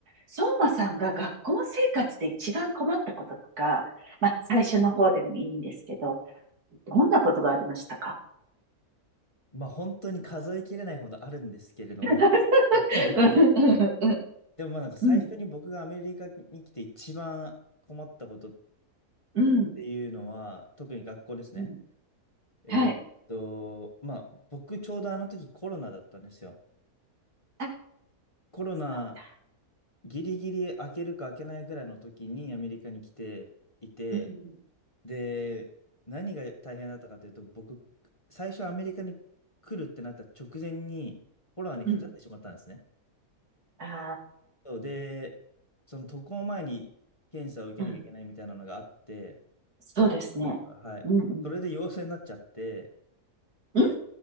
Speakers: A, on the right; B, on the left.
A: 相馬さんが学校生活で一番困ったこととか、まあ、最初の方でもいいんですけど、どんなことがありましたか
B: まあ本当に数えきれないほどあるんですけれども、
A: <laughs>
B: <laughs> 本当にでもまあなんか最初に僕がアメリカに来て一番困ったことっ
A: うん、うん、
B: ていうのは、特に学校ですね。
A: うん。
B: えーっと、
A: はい。
B: まあ僕ちょうどあの時コロナだったんですよ。
A: あ、
B: コロナ
A: そうだ。
B: ギリギリ開けるか開けないぐらいの時にアメリカに来ていて、
A: うん、
B: で、何が大変だったかというと、僕、最初アメリカに来るってなった直前にコロナにかかってしまったんですね。
A: うん、うん。あ
B: そうで、その渡航前に検査を受けなきゃいけないみたいなのがあって、
A: あー、うん。そうですね。
B: その時は、はい。
A: うん、うん。
B: それで陽性になっちゃって、
A: うん、